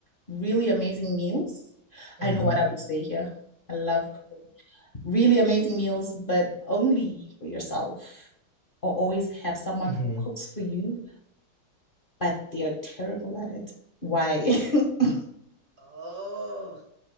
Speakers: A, on the left; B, on the right.
A: really amazing meals?
B: hmm
A: I know what I would say here. I love cook- really amazing meals, but only for yourself, or always have someone
B: hmm
A: who cooks
B: <laughs>
A: for you, but they are terrible at it. Why? <laughs>
B: Oh,